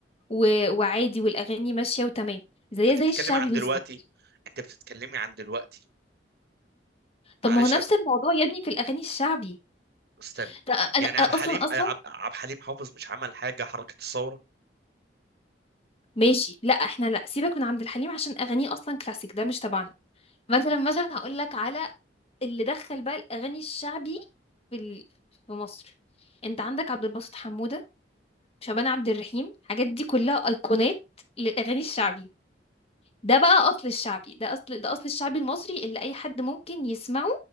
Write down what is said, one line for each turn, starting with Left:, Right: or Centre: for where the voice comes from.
Left: و... وعادي والأغاني ماشية وتمام زي
Right: انت
Left: زي
Right: بتتكلمي
Left: الشعبي
Right: عن
Left: بالظبط
Right: دلوقتي انت بتتكلمي عن دلوقتي
Left: طب
Right: معلش
Left: ما هو نفس
Right: أنا-
Left: الموضوع يا ابني في الأغاني الشعبي
Right: استني
Left: ده أنا
Right: يعني عبد
Left: أنا
Right: الحليم
Left: أصلا أصلا
Right: آه، عب- عبد الحليم حافظ مش عمل حاجه حركه الثوره
Left: ماشي لا احنا لا سيبك من عبد الحليم عشان أغانيه أصلا كلاسيك ده مش تبعنا مثلا مثلا هقول لك على اللي دخل بقى الأغاني الشعبي في ال... في مصر أنت عندك عبد الباسط حمودة شعبان عبد الرحيم الحاجات دي كلها أيقونات للأغاني الشعبي ده بقى أصل الشعبي ده أصل ده أصل الشعبي المصري اللي أي حد ممكن يسمعه